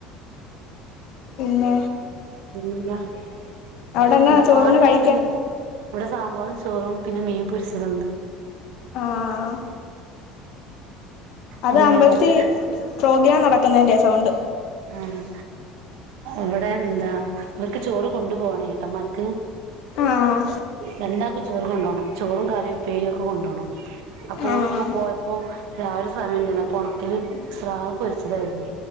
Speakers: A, on the left (about 55°); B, on the right (about 80°).
A: പിന്നേ
B: <unintelligible>
A: അവിടെന്നാ
B: എന്താ
A: ചോറിന്
B: പാട്ട് കേക്ക്ണ്ട
A: കഴിക്കാൻ
B: ഇവിടെ സാമ്പാറും ചോറും പിന്നെ മീൻ പൊരിച്ചതുണ്ട്
A: ആഹ് അത്
B: അതെ
A: അമ്പൽത്തി
B: മറ്റേ
A: പ്രോഗ്രാം നടക്കുന്നന്റെ സൗണ്ട്
B: ആഹ് ഇവിടെ എന്താ ഇവർക്ക് ചോറ് കൊണ്ടു പോണേ ഏട്ടന്മാർക്ക്
A: ആഹ്
B: രണ്ടാൾക്കും ചോറ് കൊണ്ടോണം ചോറും കറിയും ഉപ്പേരി ഒക്കെ കൊണ്ടോണം അപ്പൊ
A: ആഹ്
B: ഓര് ഒക്കെ പോയപ്പോ രാവിലെ സമയം ഉണ്ടായിരുന്നു അപ്പൊ ണക്കല് സ്രാവ് പൊരിച്ചതായിരുന്നു.